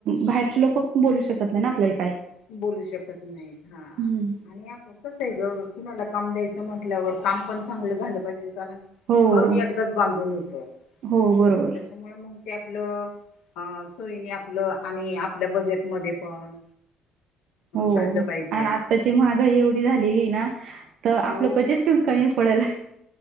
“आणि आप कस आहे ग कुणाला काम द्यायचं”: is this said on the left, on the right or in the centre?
Left